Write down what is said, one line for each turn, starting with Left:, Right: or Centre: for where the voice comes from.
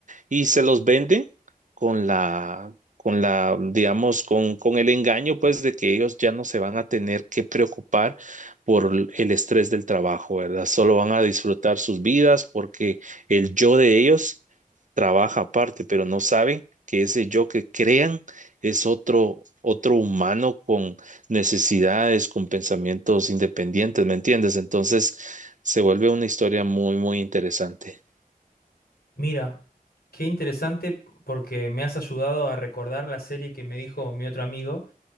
Right: y se los venden con la, con la, digamos, con, con el engaño, pues, de que ellos ya no se van a tener que preocupar por el estrés del trabajo, ¿verdad? Solo van a disfrutar sus vidas porque el yo de ellos trabaja aparte, pero no saben que ese yo que crean es otro, otro humano con necesidades, con pensamientos independientes, ¿me entiendes? Entonces se vuelve una historia muy, muy interesante.
Left: mira, qué interesante porque me has ayudado a recordar la serie que me dijo mi otro amigo.